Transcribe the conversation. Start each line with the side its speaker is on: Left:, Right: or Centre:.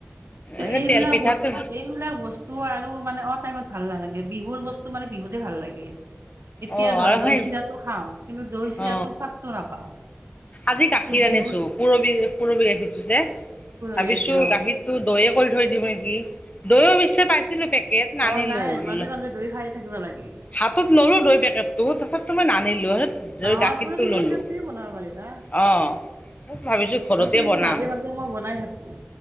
Left: এনে
Right: এইবিলাক
Left: তেল পিঠাটো
Right: বস্তু এইবিলাক বস্তু আৰু মানে অহ টাইমত ভাল নালাগে বিহুৰ বস্তু মানে বিহুতে ভাল লাগে, এতিয়া
Left: অ
Right: ধৰ
Left: আৰু সেই
Right: দই চিৰাটো খাওঁ। কিন্তু, দৈ চিৰাটো
Left: অ
Right: সোৱাদটো নাপাওঁ।
Left: আজি গাখীৰ
Right: কিন্তু বিহুত
Left: আনিছো পুৰবি পুৰবি গাখীৰটো যে
Right: পুৰবী
Left: ভাবিছো
Right: গাখীৰ অ'
Left: গাখীৰটো দৈ। দৈয়ে কৰি থৈ দিম নেকি, দৈ পিছে পাইছিলো পেকেট নানিলো
Right: অ' নাই
Left: বোলা।
Right: মাজে মাজে দৈ খাই থাকিব লাগে।
Left: হাতত ললো দৈ পেকটো তাথাপিটো মই নানিলো।
Right: নহয়
Left: গাখীৰটো
Right: পুৰবী গাখীৰটোয়ে
Left: ললো
Right: বনাব পাৰিলা না।
Left: অ ভাবিছো ঘৰতে
Right: মইটো এইটো
Left: বনাম
Right: মাজে মাজে মই বনাই থাকো।